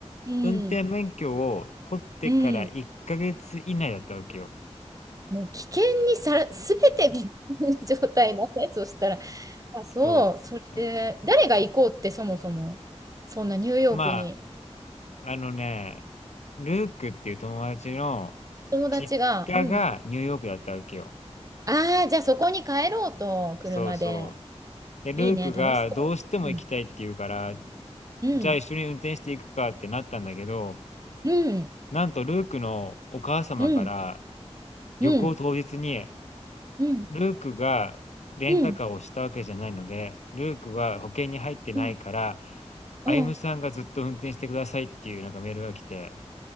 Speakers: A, on the right; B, on the left.
A: うん、
B: 運転免許を取ってから1ヶ月以内だったわけよ。
A: うん。もう危険にさら、すべて危険な状態だね。<laughs> そしたら、あ、そう、
B: そう。
A: それ
B: あ
A: で、誰が行こうってそもそも、そんなニューヨークに、
B: まあ、あのね、ルークっていう友達の
A: 友達が、
B: 実家がニューヨークだったわけよ。
A: うん、ああ、じゃあそこに帰ろうと、車で。
B: そうそう。で、ルークがどうしても行きたいって言うから、
A: いいね、楽しそう。うん、うん、
B: じゃあ一緒に運転していくかってなったんだけど、
A: うん、
B: なんとルークのお母様から
A: うん、うん、
B: 旅行当日に、
A: うん、うん、
B: ルークがレンタカーをしたわけじゃないので、
A: うん、
B: ルークは保険に入ってないから、
A: うん、うん
B: 歩夢さんがずっと運転してくださいっていうなんかメールが来て、